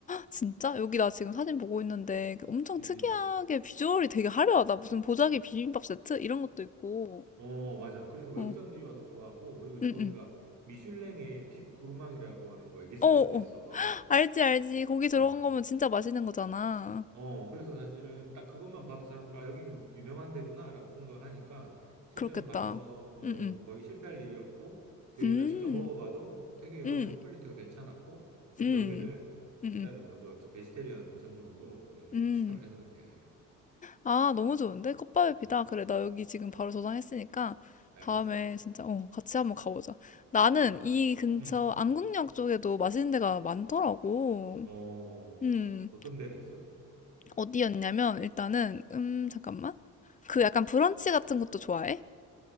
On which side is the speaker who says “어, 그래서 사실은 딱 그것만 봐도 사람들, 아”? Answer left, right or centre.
Right